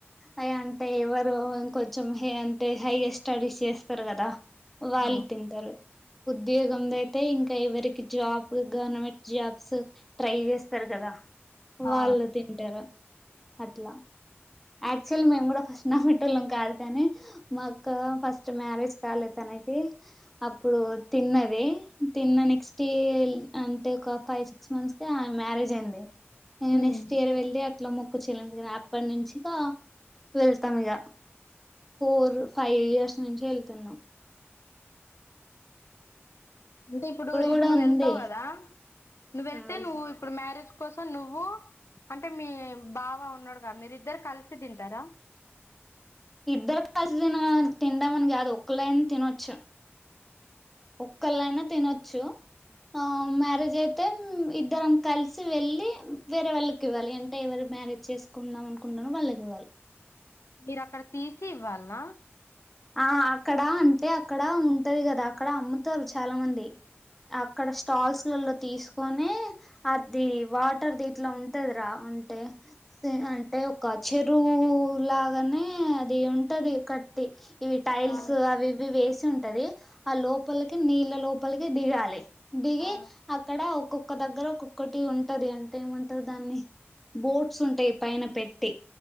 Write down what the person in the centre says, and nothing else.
అ అంటే ఎవరు కొంచెం హే అంటే హైయర్ స్టడీ చేస్తరు కదా వాళ్ళు
తింటరు ఉద్యోగం ధైతే ఇంకా ఎవరికి job government jobs try చేస్తరు కదా వాళ్ళు
తింటరు అట్లా యాక్టుల్ల్య్ మేము కూడా ఫస్ట్ నమ్మి ల్లం కాదు కానీ మాక్కా ఫస్ట్ మ్యారేజ్ కాలే తనకి అప్పుడు తి తిన్నది తిన్న నెక్స్ట్ యి అంటే ఒక ఫైవ్ సిక్స్ మంత్స్కే ఆమె మ్యారేజ్ అయింది ఇగ
నెక్స్ట్ ఇయర్ వెళ్ళి అట్ల మొక్కు చెల్లించుకోని అప్పటి నుంచి ఇకా వెళ్తాం ఇగ ఫోర్ ఫైవ్ ఇయర్స్ నుంచే వెళ్తున్నాం.
కూడా
ఉంది
వెళ్తాం
ఇద్దరు కలిసి తిన తిందామని కాదు ఒక్కళైన తినొచ్చు. ఒక్కలైన తినొచ్చు. ఆ మ్యారేజ్ అయితే ఇద్దరం కలిసి వెళ్ళి వేరే వాళ్ళకి ఇవ్వాలి అంటే ఎవరు? మ్యారేజ్ చేసుకుందాం అనుకుంటున్నారో వాళ్ళకి ఇవ్వాలి.
ఆ అక్కడ అంటే అక్కడ ఉంటది కదా అక్కడ అమ్ముతరు చాలా మంది అక్కడ స్టాల్స్ లల్లో తీసుకొని అది వాటర్ దీట్లో ఉంటదిరా అంటే ది అంటే ఒక చెరువు లాగనే అది ఉంటది. కట్టి ఇవి టైల్స్
అవి ఇవి వేసి ఉంటది ఆ లోపలికి నీళ్ళ లోపలికి దిగాలి. దిగి
అక్కడ ఒ ఒక్క దగ్గర ఒక్కొక్కటి ఉంటది అంటే ఏమంటరు దాన్ని బోట్స్ ఉంటాయి. పైన పెట్